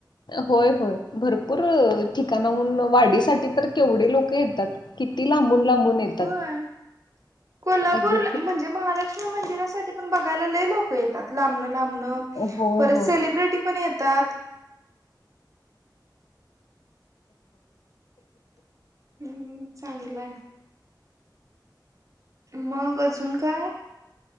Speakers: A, on the left; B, on the right.
A: होय होय भरपूर ठिकाणाहून वाढीसाठी तर केवढी लोक येतात. किती लांबून लांबून येतात.
B: होय. कोल्हापूर
A: अगदी
B: म्हणजे महालक्ष्मी मंदिरासाठी बघायला लय लोक येतात. लांबन लांबन,
A: होय,
B: परत
A: होय.
B: सेलिब्रेटि पण येतात. हम्म चांगला आहे. मग अजून काय?